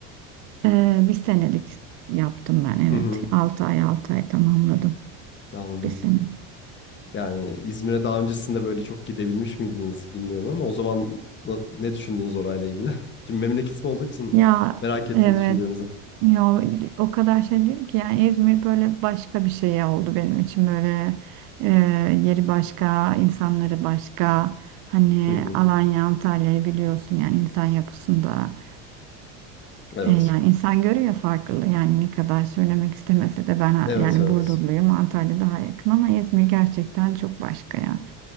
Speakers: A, on the right (about 60°); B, on the left (about 30°).
A: E, bir senelik yaptım ben evet.
B: Hı hı.
A: 6 ay 6 ay tamamladım
B: Anladım.
A: bir sene.
B: Yani İzmir'e daha öncesinde böyle çok gidebilmiş miydiniz bilmiyorum ama o zaman na- ne düşündünüz orayla ilgili? <laughs> Şimdi memleketim olduğu için
A: Ya
B: merak ettim
A: evet.
B: düşüncenizi.
A: Ya o kadar şey diyeyim ki yani İzmir böyle başka bir şey oldu benim için böyle e, yeri başka, insanları başka. Hani
B: Hı hı.
A: Alanya, Antalya'yı biliyorsun yani insan yapısında
B: Evet.
A: e, Yani insan görüyor farklılığı yani ne kadar söylemek istemese de ben ha-
B: Evet
A: yani
B: evet.
A: Burdurluyum Antalya daha yakın ama İzmir gerçekten çok başka ya.